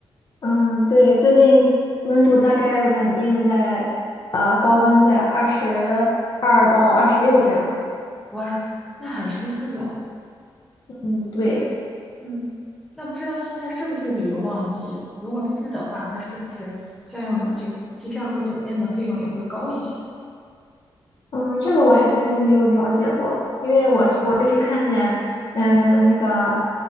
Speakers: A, on the left (about 50°); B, in the centre.
A: 嗯，对，最近温度大概稳定在，
B: 嗯，
A: 呃，高温在二十二到二十六这样。
B: 哇，那很舒适了。
A: 嗯，对，
B: 嗯，那不知道现在是不是旅游旺季？如果是的话，那是不是相应的这个机票和酒店的费用也会高一些？
A: 嗯，这个我还真没有了解过，因为我是我就是看见，
B: 嗯，
A: 嗯、那个，